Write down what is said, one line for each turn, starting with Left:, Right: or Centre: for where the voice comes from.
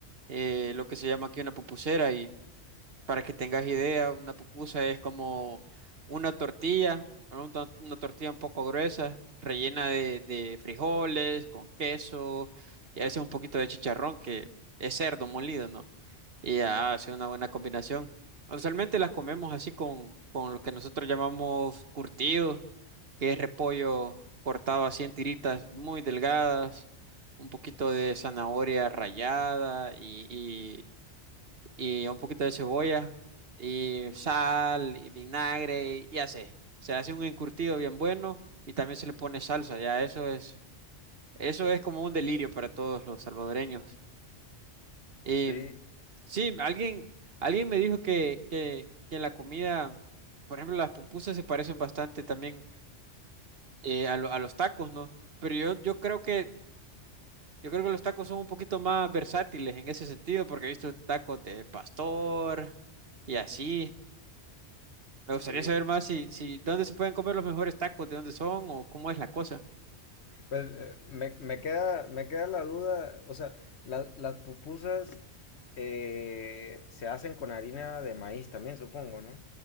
Right: eh, lo que se llama aquí una pupusera Para que tengas idea, una pupusa es como una tortilla, ¿no? Una, una tortilla un poco gruesa, rellena de, de frijoles, con queso y a veces un poquito de chicharrón, que es cerdo molido, ¿no? Y ya hace una buena combinación. Usualmente las comemos así con, con lo que nosotros llamamos curtido, que es repollo cortado así en tiritas muy delgadas, un poquito de zanahoria rallada y y un poquito de cebolla y sal y vinagre y así. Se hace un encurtido bien bueno y también se le pone salsa, ya eso es, eso es como un delirio para todos los salvadoreños. Y
Left: Sí,
Right: sí, alguien, alguien me dijo que, que, que la comida, por ejemplo, las pupusas se parecen bastante también eh, a, lo- a los tacos, ¿no? Pero yo, yo creo que Yo creo que los tacos son un poquito más versátiles en ese sentido, porque he visto tacos de pastor y así. Me gustaría
Left: sí.
Right: saber más si, si dónde se pueden comer los mejores tacos, de dónde son o cómo es la cosa.
Left: Pues eh, me, me queda, me queda la duda, o sea, la- las pupusas eh, se hacen con harina de maíz también, supongo, ¿no?